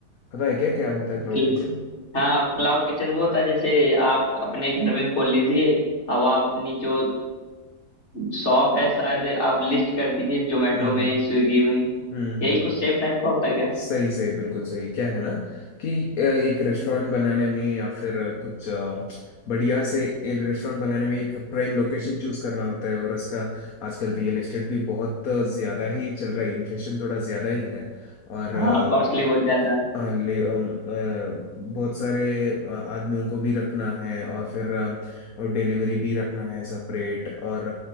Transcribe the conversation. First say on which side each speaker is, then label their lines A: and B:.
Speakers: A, on the left (about 60°); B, on the left (about 40°).
A: पता है क्या क्या होता है
B: बिल्कुल
A: क्लाउड किचन
B: हाँ हाँ क्लाउड किचन वो होता है जैसे आप अपने घर में खोल लीजिए अब आप अपनी जो शॉप है शायद आप लिस्ट कर दीजिए जोमेटो
A: हम्म
B: में
A: हम्म
B: स्विगी में
A: हम्म हम्म
B: यही कुछ
A: हम्म।
B: सेम टाइप का होता है क्या
A: सही सही बिल्कुल सही क्या है ना कि अ, एक रेस्टोरेंट बनाने में या फिर अ, कुछ अ, बढ़िया से एक रेस्टोरेंट बनाने में एक प्राइम लोकेशन चूज करना होता है और इसका आजकल रियल एस्टेट भी बहुत ज्यादा ही चल रहा है इन्फ्लेशन थोड़ा ज्यादा ही है और
B: हाँ
A: अ,
B: कॉस्टली बहुत ज्यादा है
A: अ, ले अम, अ, बहुत सारे अ, आदमियों को भी रखना है और फिर अ, और डिलीवरी भी रखना है सेपरेट और